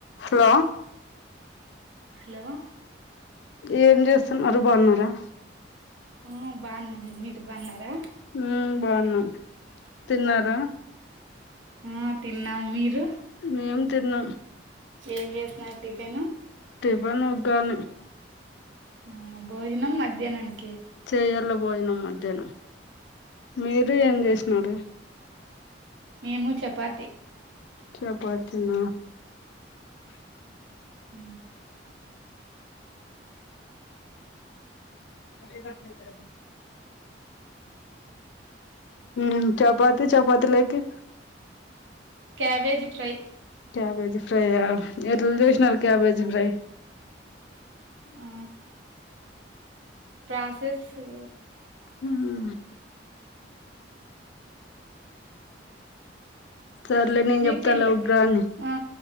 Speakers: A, on the left (about 65°); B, on the right (about 85°).
A: హలో
B: హలో
A: ఏం చేస్తున్నరు, బాగున్నారా?
B: ఉ బాన్నం. మీరు బాన్నారా?
A: ఊ బాన్నం. తిన్నార?
B: ఆ తిన్నాం మీరు?
A: మేం తిన్నం
B: ఏం చేసినారు టిఫిన్?
A: టిఫిన్ ఉగ్గాని
B: ఆ భోజనం మద్యానానికి
A: చేయల భోజనం మధ్యానం. మీరు ఏం చేసినారు?
B: మేము చపాతి
A: చపాతీ న
B: ఉ
A: ఏదైతే అది అయితాది ఉ చపాతి చపాతిలేకి
B: క్యాబేజి ఫ్రై
A: క్యాబేజ్ ఫ్రై ఆ, ఎట్ల చేసినారు క్యాబేజ్ ఫ్రై?
B: ఆ ప్రాసెస్ ఉ
A: ఆ సర్లే నేన్
B: మీ
A: చెప్తలే
B: పిల్ల
A: ఉగ్గాని
B: ఆ